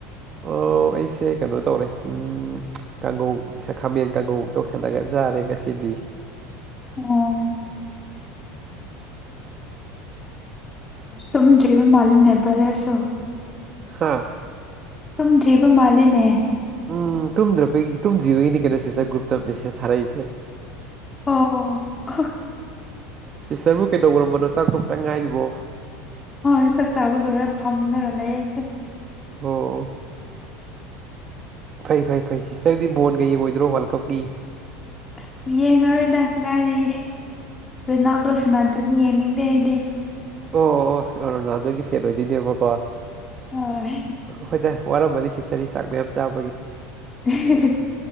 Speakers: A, on the right; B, on the left.
A: ꯑꯣ ꯑꯩꯁꯦ ꯀꯅꯣ ꯇꯧꯔꯦ ꯎꯝ ꯀꯥꯡꯒꯧ ꯈꯥꯃꯦꯟ ꯀꯥꯡꯒꯧ ꯇꯧꯁꯜꯂꯒ ꯆꯥꯔꯦ ꯑꯥꯔꯦ ꯉꯁꯤꯗꯤ
B: ꯑꯣ ꯍꯝ ꯇꯨꯝꯗ꯭ꯔꯤ ꯌꯦꯔꯨꯝ ꯃꯥꯜꯂꯤꯅꯦ ꯅꯦꯕꯔꯂꯔ ꯁꯣ
A: ꯍꯥꯥ
B: ꯇꯨꯝꯗ꯭ꯔꯤꯕ ꯃꯥꯜꯂꯦꯅꯦ
A: ꯎꯝ ꯇꯨꯝꯗ꯭ꯔꯕꯒꯤ ꯇꯨꯝꯗ꯭ꯔꯤꯕꯒꯤꯅꯤ ꯀꯩꯅꯣ ꯁꯤꯁꯇꯔ ꯒ꯭ꯔꯨꯞꯇ ꯃꯦꯁꯦꯁ ꯊꯥꯔꯛꯏꯁꯦ
B: ꯑꯣ ꯑꯍꯣ
A: ꯁꯤꯁꯇꯔꯕꯨ ꯀꯩꯗꯧꯔꯝꯕꯅꯣ ꯆꯥꯛꯇꯣꯛꯇ ꯉꯥꯏꯔꯤꯕꯣ
B: ꯍꯣꯏ ꯆꯥꯛꯆꯥꯥꯕ ꯂꯣꯏꯔ ꯐꯝꯔꯒ ꯂꯩ ꯑꯩꯁꯨ
A: ꯑꯣ ꯐꯩ ꯐꯩ ꯐꯩ ꯁꯤꯁꯇꯔꯗꯤ ꯕꯣꯟꯒ ꯌꯦꯡꯉꯣꯏꯗ꯭ꯔꯣ ꯋꯥꯔꯜ ꯀꯞꯀꯤ
B: ꯑꯁ ꯌꯦꯡꯉꯔꯣꯏꯗ ꯀꯗꯥꯏꯗꯒꯤ ꯔꯣꯅꯥꯜꯗꯣ ꯁꯥꯟꯅꯗ꯭ꯔꯗꯤ ꯌꯦꯡꯅꯤꯡꯗꯦ ꯑꯩꯗꯤ
A: ꯑꯣ ꯑꯣ ꯑꯣ ꯔꯣꯅꯥꯜꯗꯣꯒꯤ ꯐꯦꯟ ꯑꯣꯏꯗꯣꯏꯅꯦꯕꯀꯣ
B: ꯍꯣꯏ
A: ꯍꯣꯏꯗꯥ ꯋꯥꯔꯝꯃꯅꯤ ꯁꯤꯁꯇꯔꯗꯤ ꯆꯥꯛ ꯃꯌꯥꯝ ꯆꯥꯕꯒꯤ
B: ꯍꯦ ꯍꯦ